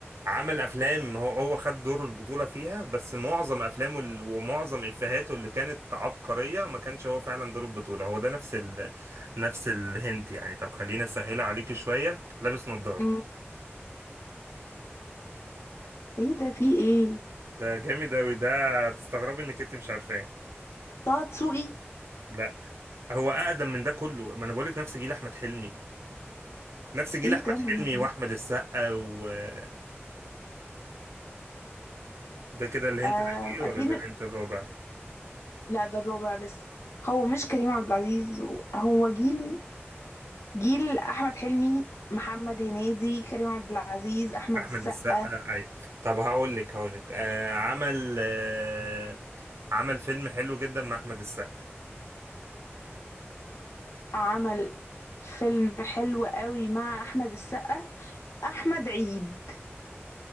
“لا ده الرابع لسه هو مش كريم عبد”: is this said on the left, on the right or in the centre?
Left